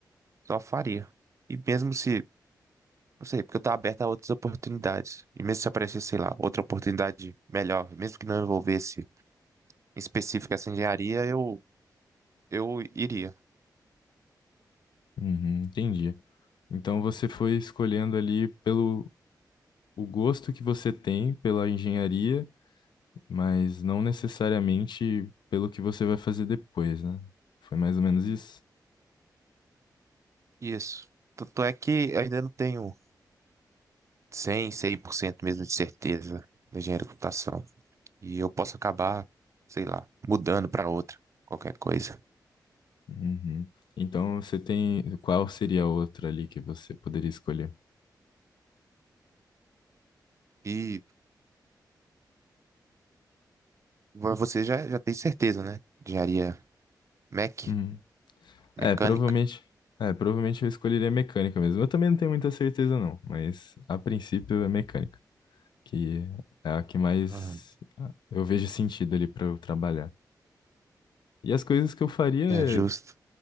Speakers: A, on the right; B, on the left.
A: só faria. E mesmo se Não sei, porque eu tô aberto a outras oportunidades. E mesmo se aparecesse, sei lá, outra oportunidade melhor, mesmo que não envolvesse em específico essa engenharia, eu, eu iria.
B: Uhum, entendi. Então você foi escolhendo ali pelo o gosto que você tem pela engenharia mas não necessariamente pelo que você vai fazer depois, né? Foi mais ou menos isso?
A: Isso. Tanto é que eu ainda não tenho cem cem por cento mesmo de certeza da engenharia de computação. E eu posso acabar, sei lá, mudando para outra, qualquer coisa.
B: Uhum. Então você tem. Qual seria a outra ali que você poderia escolher?
A: E vo- você já, já tem certeza, né? Engenharia mec,
B: Uhum.
A: mecânica.
B: É, provavelmente. É, provavelmente eu escolheria mecânica mesmo. Eu também não tenho muita certeza, não, mas a princípio é mecânica, que é a que mais
A: Aham.
B: ah, eu vejo sentido ali para eu trabalhar. E as coisas que eu faria,
A: É justo,